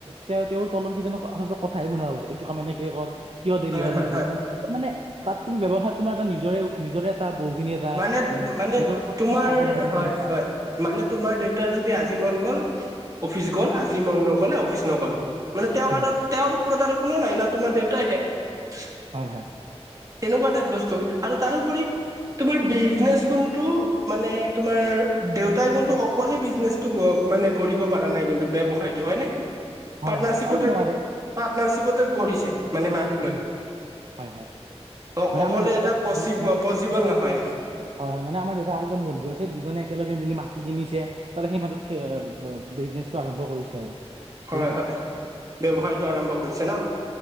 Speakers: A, on the right; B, on the right.
A: তেওঁ তেওঁৰ তলৰ কেইজনক আচলতে কথাই গুনাাবাৰে এইটো কাম এনেকে কৰ কিয় দেৰি
B: হয়
A: হ'ল
B: হয়
A: আজি
B: হয়
A: ত মানে
B: হয়
A: তাত তুমি ব্যয়ৱসাৰ তোমাৰ এটা নিজৰে নিজৰে এটা বহুখিনি এটা
B: মানে মানে
A: নিজৰ ওপৰত
B: তোমাৰ
A: তুমি স্বাৱলম্বী
B: হয়
A: যেন এটা
B: হয় মানে তোমাৰ দেউতাৰ যদি আজি মন গ'ল অফিচ গ'ল আজি মন নক'লে অফিচ নগ'ল মানে তেওঁ
A: উম,
B: আৰু তেওঁৰ ওপৰত আৰু কোনো নাই ন তোমাৰ দেউতাই হেঁত
A: হয় হয়
B: তেনেকুৱা টাইপ বস্তু আৰু তাৰোপৰি তোমাৰ বিজনে কোনটো মানে তোমাৰ দেউতাই কোনটো অকলে বিজনে মানে কৰিব পৰা নাই কিন্তু ব্যৱসায়তটো হয় নাই
A: হয়,
B: পাৰ্টনাৰশ্বিপতে
A: হয়, অকলে নোৱাৰে।
B: পাৰ্টনাৰশ্বিপতে গ়ছে মানে মানুহ
A: উম,
B: লৈ
A: হয়, হয়,
B: অ
A: মানে
B: অকলে
A: আমাৰ দেউতা
B: এটা পচ
A: দু-
B: পচিবল নহয়
A: হয় হয় মানে আমাৰ দেউতা দুজন বন্ধু আছে দুজনে একেলগে মিলি মাটি কিনিছে তাতে সেই মাটিত বিজনেচটো আৰম্ভ কৰিছে আৰু
B: হয়
A: বুজিছা?
B: হয় ব্য্ৱসায়টো আৰম্ভ কৰিছে ন